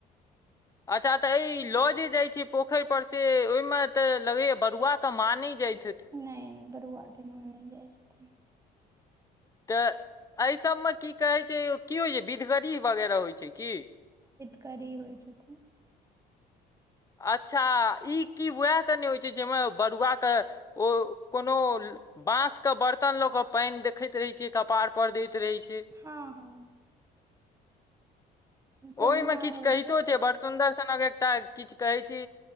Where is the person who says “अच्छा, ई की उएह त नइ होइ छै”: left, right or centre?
Left